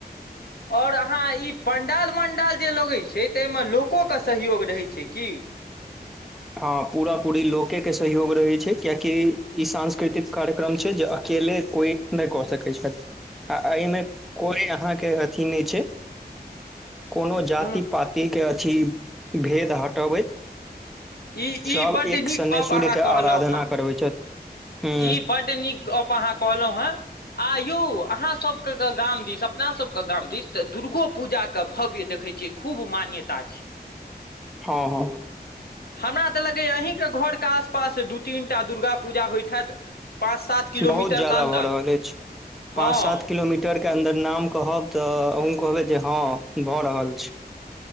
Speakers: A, on the left (about 70°); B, in the centre.
A: ओर अहाँ ई पण्डाल मण्डाल जे लगैत छै ताहिमे लोकोके सहयोग रहैत छै की
B: हँ पूरा पूरी लोके के सहयोग रहै छै कियाकि ई सांस्कृतिक कार्यक्रम छै जे अकेले कोइ नइ कऽ सकै छै आ एहिमें कोई अहाँके अथी नहि छै कोनो जाति
A: ह
B: पति क अछि भेद हटबैत
A: ई
B: सब
A: ई बड्ड
B: एक
A: नीक
B: शने
A: गप
B: सूर्यके
A: अहाँ कहलहुँ
B: आराधना
A: हेँ
B: करबै छथि हूँ
A: ई बड नीक गप अहाँ कहलहुं हैं आ यौ अहाँसभके गाम दिस अपनासभके गाम दिस तऽ दुर्गो पूजाके भव्य देखै छियै खूब मान्यता छै
B: हँ हँ
A: हमरा तऽ लगैया अहीके घरके आसपास दू तीन टा दुर्गा पूजा होइत हेएत पाँच सात किलोमीटर
B: बहुत ज्यादा
A: के अन्दर
B: भऽ रहल अछि
A: हँ
B: पाँच सात किलोमीटर के अन्दर नाम कहब तऽ अहु कहबै जे हँ भऽ रहल छै